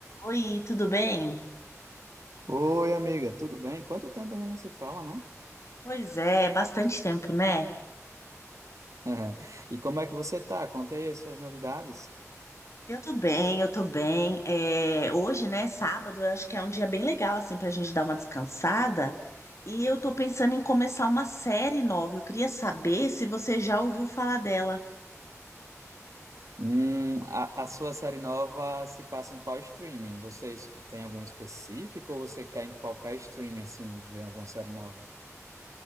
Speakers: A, on the left; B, on the right.
A: Oi, tudo bem?
B: Oi, amiga, tudo bem? Quanto tempo a gente não se fala, né?
A: Pois é, bastante tempo, né?
B: <laughs> E como é que você tá? Conte aí as suas novidades.
A: Eu tô bem, eu tô bem. É, hoje, né, sábado, eu acho que é um dia bem legal, assim, pra gente dar uma descansada. E eu tô pensando em começar uma série nova. Eu queria saber se você já ouviu falar dela.
B: Hum, a, a sua série nova se passa em qual streaming? Vocês têm algum específico ou você quer em qualquer streaming, assim, ver alguma série nova?